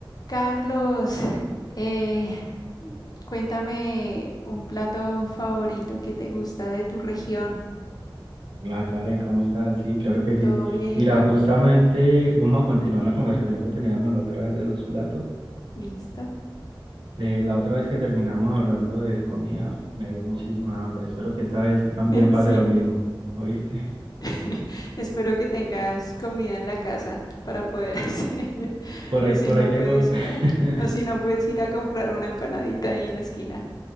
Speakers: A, on the left; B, on the right.
A: Carlos, eh, cuéntame un plato favorito que te gusta de tu región.
B: La Karen, ¿cómo estás? Sí, claro que sí.
A: ¿Todo bien?
B: Mira, justamente vamos a continuar la conversación que teníamos la otra vez de los platos.
A: ¿Listo?
B: Eh, la otra vez que terminamos hablando de comida, me dio muchísima hambre. Espero que esta vez también pase
A: <laughs>
B: lo
A: Sí.
B: mismo. ¿Oíste?
A: <laughs> Espero que tengas comida en la casa para poder hacer. <laughs>
B: <laughs> Por
A: O
B: ahí,
A: si
B: por
A: no
B: ahí tengo.
A: puedes ir a,
B: <laughs>
A: o si no puedes ir a comprar una empanadita ahí en la esquina.